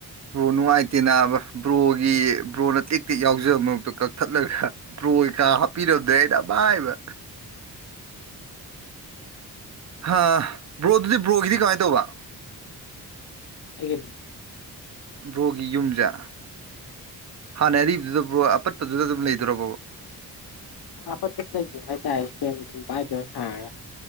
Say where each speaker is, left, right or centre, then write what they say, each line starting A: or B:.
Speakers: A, on the right; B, on the left.
A: ꯍꯅꯅꯨꯡ ꯑꯥꯏꯇ ꯅꯅꯥꯕ ꯕ꯭ꯔꯣꯒꯤ ꯕ꯭ꯔꯣꯅ ꯇꯦꯛ ꯇꯦꯛ ꯌꯥꯎꯖꯕ ꯃꯛꯇꯣ ꯀꯛꯊꯠꯂꯒ ꯕ꯭ꯔꯣ ꯀꯥ ꯍꯥꯞꯄꯤꯔꯝꯗ꯭ꯔꯦꯩꯅ ꯇꯥꯏꯕ <unintelligible> <inaudible> ꯑ ꯕ꯭ꯔꯣꯗꯨꯗꯤ ꯕ꯭ꯔꯣꯒꯤꯗꯤ ꯀꯃꯥꯏꯅ ꯇꯧꯕ
B: ꯑꯩꯒꯤꯅ
A: ꯕ꯭ꯔꯣꯒꯤ ꯌꯨꯝꯖ ꯍꯥꯟꯅꯩ ꯑꯔꯤꯕꯗꯨꯗ ꯑꯄꯠꯄꯗꯨꯗ ꯑꯗꯨꯝ ꯂꯩꯗ꯭ꯔꯣꯔꯕꯣ
B: ꯋꯥꯄꯉꯥꯏ ꯇ ꯁꯤ ꯄꯥꯏꯗꯕ ꯁꯥꯔ <inaudible>